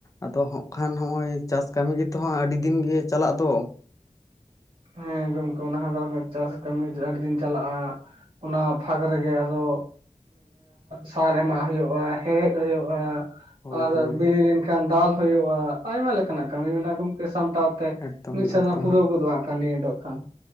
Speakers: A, on the left; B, on the right.
A: ᱟᱫᱚ ᱦᱚᱸᱜ ᱠᱷᱟᱱ ᱦᱚᱸᱜ-ᱚᱭ ᱪᱟᱥ ᱠᱟᱹᱢᱤ ᱜᱮᱛᱚᱦᱟᱸᱜ ᱟᱹᱰᱤ ᱫᱤᱱ ᱜᱮ ᱪᱟᱞᱟᱜ ᱫᱚ
B: ᱦᱮᱸ ᱜᱚᱝᱠᱮ ᱚᱱᱟᱦᱚ ᱪᱟᱥ ᱠᱟᱹᱢᱤ ᱫᱚ ᱟᱹᱰᱤ ᱫᱤᱱ ᱪᱟᱞᱟᱜ-ᱟ ᱚᱱᱟ ᱯᱷᱟᱠ ᱨᱮᱜᱮ ᱟᱫᱚ ᱥᱟᱨ ᱮᱢᱟᱜ ᱦᱩᱭᱩᱜ-ᱟ, ᱦᱮᱲᱦᱮᱫ ᱦᱩᱭᱩᱜ-ᱟ,
A: ᱦᱳᱭ
B: ᱟᱨ
A: ᱦᱳᱭ
B: ᱵᱤᱞᱤ ᱞᱮᱱᱠᱷᱟᱱ ᱫᱟᱞ ᱦᱩᱭᱩᱜ-ᱟ ᱟᱭᱢᱟ ᱞᱮᱠᱟᱱᱟᱜ ᱠᱟᱹᱢᱤ ᱢᱮᱱᱟᱜ-ᱟ ᱜᱚᱝᱠᱮ ᱥᱟᱢᱴᱟᱣ ᱛᱮ
A: ᱮᱠᱫᱚᱢ
B: ᱢᱤᱫ ᱥᱮᱨᱢᱟ
A: ᱮᱠᱫᱚᱢ
B: ᱯᱩᱨᱟᱹᱣ ᱜᱚᱫᱚᱜ-ᱟ ᱟᱜᱠᱷᱟᱱ ᱱᱤᱭᱟᱹ ᱫᱚ ᱠᱷᱟᱱ